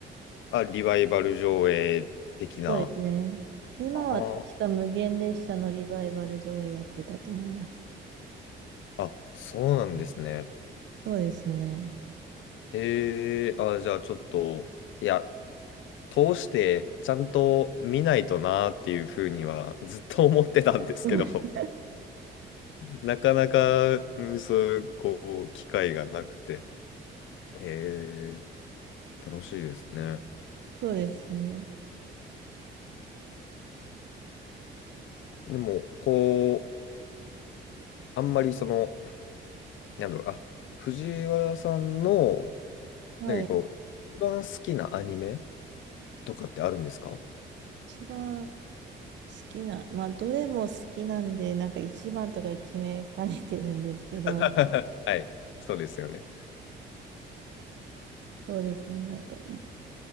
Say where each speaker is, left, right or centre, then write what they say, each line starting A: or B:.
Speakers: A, on the left (about 75°); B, on the right (about 65°).
A: あ、リバイバル上映的な。
B: そうですね。今は確か無限列車のリバイバル上映やってたと思います。
A: あー、あそうなんですね。
B: そうですね。
A: えー、あ、じゃあちょっと、いや、通してちゃんと見ないとなーっていうふうにはずっと思ってたんですけど、
B: うん
A: <laughs>
B: <laughs>
A: なかなか、うんそういう、こう、機会がなくて。えー、楽しいですね。
B: そうですね。
A: でも、こう、あんまりその、なんだろう、あ、藤原さんの、
B: はい。
A: なんかこう、一番好きなアニメとかってあるんですか
B: 一番好きな、まあ、どれも好きなんで、なんか一番とか決めかねてるんですけど、
A: <laughs> はい、そうですよね。
B: そうですね。なんかい、